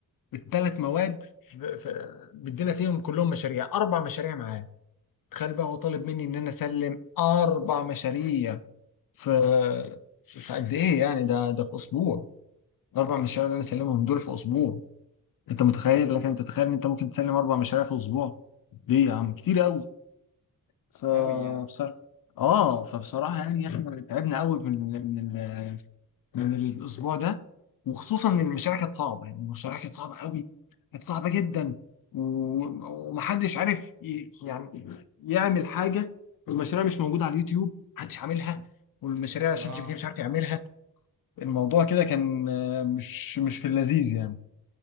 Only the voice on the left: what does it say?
الثلاث مواد ف- ف- بيدينا فيهم كلهم مشاريع اربع مشاريع معاه تخيل بقى هو طالب مني ان انا اسلم اربع مشاريع في في قد ايه يعني ده ده في اسبوع الاربع مشاريع اللي انا سلمهم دول في اسبوع انت متخيل لكن انت تتخيل ان انت ممكن تسلم اربع مشاريع في اسبوع ليه يا عم كتير قوي فبصراحه
اه فبصراحه يعني احنا تعبنا قوي من من ال- من الاسبوع ده وخصوصا ان المشاريع كانت صعبه يعني المشاريع كانت صعبه قوي كانت صعبه جدا و- ومحدش عارف ي- يعني يعمل حاجه والمشاريع مش موجوده على اليوتيوب محدش عاملها والمشاريع شات
جي بي تي مش عارف يعملها الموضوع كده كان آه، مش مش في اللذيذ يعني